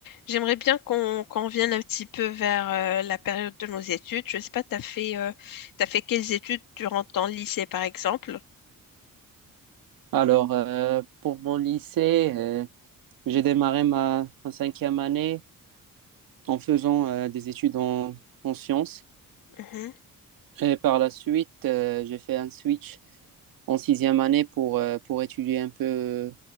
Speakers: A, on the left (about 75°); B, on the right (about 80°).
A: J'aimerais bien qu'on qu'on vienne un petit peu vers euh, la période de nos études. Je sais pas, t'as fait euh, t'as fait quelles études durant ton lycée, par exemple?
B: Alors, euh, pour mon lycée, euh, j'ai démarré ma, ma cinquième année en faisant euh, des études en, en sciences.
A: Mhm,
B: Et par la suite, euh, j'ai fait un switch en sixième année pour, euh, pour étudier un peu euh,